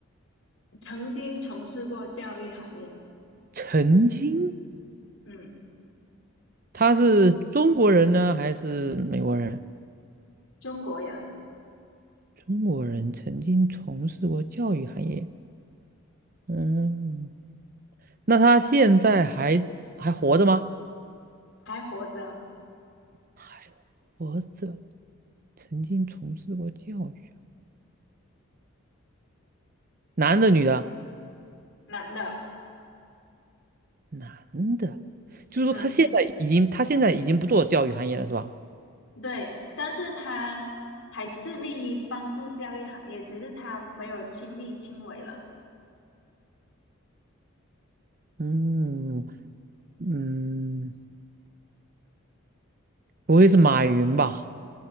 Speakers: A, on the left; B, on the right.
A: 曾经从事过教育行业。
B: 曾经，
A: 嗯，
B: 他是中国人呢，还是美国人？
A: 中国人
B: 中国人曾经从事过教育行业。嗯，那他现在还还活着吗？
A: 还活着，
B: 还活着，曾经从事过教育，啊。男的女的啊？
A: 男的。
B: 男的，就是说他现在已经他现在已经不做教育行业了，
A: 嗯，
B: 是吧？
A: 对，但是他还致力于帮助教育行业，只是他没有亲力亲为了。
B: 嗯嗯。不会是马云吧？